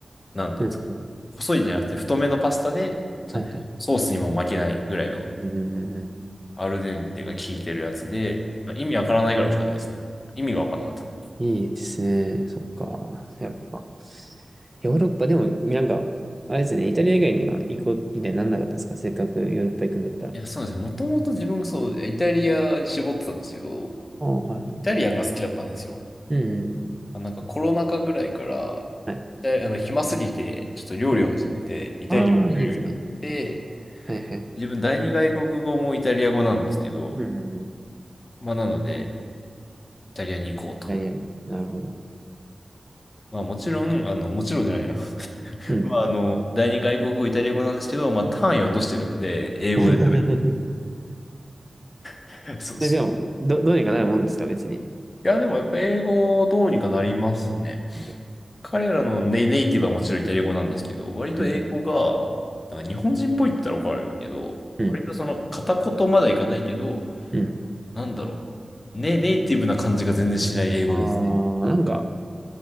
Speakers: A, on the left; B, on the right.
A: なんていうんですか、
B: うん
A: 細いじゃなくて太めのパスタで、ちゃんとソースにも負けないぐらいの
B: はいはい。うんうんうん
A: アルデンテが効いてるやつで、まあ意味わからないぐらい美味しかったですね。意味がわからなかった。
B: いいですね。そっか。やっぱ。ヨーロッパ、でも、なんか、あれですね、イタリア以外には行こうみたいになんなかったんですかせっかくヨーロッパ行くんだったら。
A: いや、そうなんですよ。もともと自分がそう、イタリアに絞ってたんですけど、
B: ああ、はいはい。
A: イタリアンが好きだったんですよ。
B: うんうんうん。
A: あなんかコロナ禍ぐらいから、
B: はい。
A: イタリあの、暇すぎて、ちょっと料理を始めて、
B: うん。
A: イタリアンを作るようになって、
B: ああ、いいですね。はいはい。
A: 自分第二外国語もイタリア語なんですけど、
B: うんうんうん。イ
A: まあなので、イタリアに行こうと。
B: タリアに。なるほど。
A: まあもちろん、あの、もちろんじゃないな。<laughs>
B: うん。
A: まああの、第二外国語イタリア語なんですけど、まあ単位を落としてるので、英語で。
B: <laughs> そ
A: <laughs> そうそう。
B: れでも、ど、どうにかなるもんですか別に。
A: いや、でもやっぱ英語どうにかなりますね。
B: う
A: 彼らのネ、ネイティブはもちろんイタリア語なんですけど、割と英語が、
B: ん。
A: なんか日本人っぽいって言ったら怒られるけど、
B: うん。
A: 割とその片言まではいかないけど、
B: うん。
A: なんだろう。ね、ネイティブな感じが全然しない英語ですね。
B: ああ、なんか、